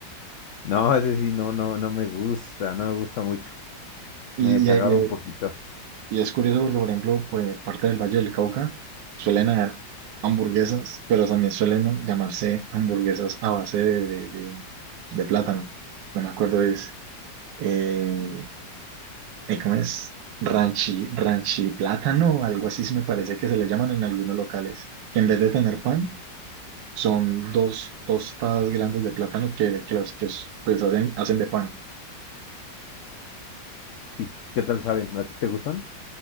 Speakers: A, on the left (about 75°); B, on the right (about 85°).
A: No, ese sí, no, no, no me gusta, no me gusta mucho.
B: Y,
A: Me desagrada
B: y- y- eh,
A: un poquito.
B: y es curioso porque, por ejemplo, pues, parte del Valle del Cauca suelen haber hamburguesas, pero también suelen llamarse hamburguesas a base de, de, de- de plátano. No me acuerdo, es, eh, eh, ¿cómo es? Ranchi, ranchi plátano, algo así se me parece que se le llaman en algunos locales. que En vez de tener pan, Son dos tostadas grandes de plátano que, que las que pues hacen, hacen de pan.
A: ¿Y qué tal saben? ¿A ti te gustan?